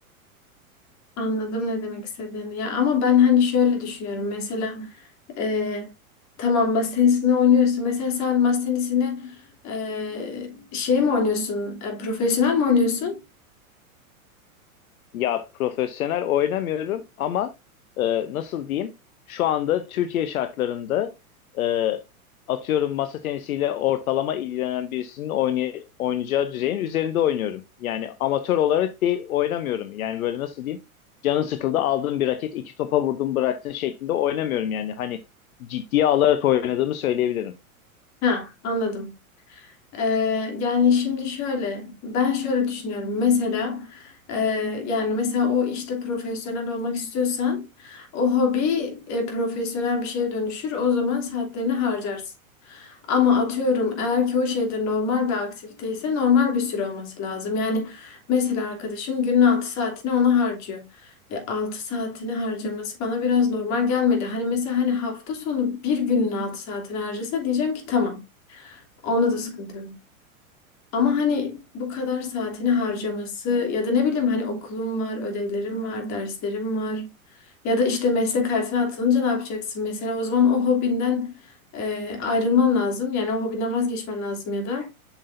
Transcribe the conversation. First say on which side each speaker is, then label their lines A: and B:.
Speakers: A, on the left; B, on the left.
A: Anladım ne demek istediğini. Ya ama ben hani şöyle düşünüyorum. Mesela e, tamam masa tenisini oynuyorsun. Mesela sen masa tenisini e, şey mi oynuyorsun? E, profesyonel mi oynuyorsun?
B: Ya profesyonel oynamıyorum ama e, nasıl diyeyim? Şu anda Türkiye şartlarında e, atıyorum masa tenisiyle ortalama ilgilenen birisinin oynay- oynayacağı düzeyin üzerinde oynuyorum. Yani amatör olarak değil oynamıyorum. Yani böyle nasıl diyeyim? Canın sıkıldı aldın bir raket iki topa vurdun bıraktın şeklinde oynamıyorum yani. Hani ciddiye alarak oynadığımı söyleyebilirim.
A: Ha, anladım. Ee, yani şimdi şöyle, ben şöyle düşünüyorum. Mesela e, yani mesela o işte profesyonel olmak istiyorsan o hobi e, profesyonel bir şeye dönüşür. O zaman saatlerini harcarsın. Ama atıyorum eğer ki o şeyde normal bir aktivite ise normal bir süre olması lazım. Yani mesela arkadaşım günün 6 saatini ona harcıyor. E, 6 saatini harcaması bana biraz normal gelmedi. Hani mesela hani hafta sonu bir günün 6 saatini harcasa diyeceğim ki tamam. Onda da sıkıntı yok. Ama hani bu kadar saatini harcaması ya da ne bileyim hani okulum var, ödevlerim var, derslerim var. Ya da işte meslek hayatına atılınca ne yapacaksın? Mesela o zaman o hobinden e, ayrılman lazım. Yani o hobinden vazgeçmen lazım ya da.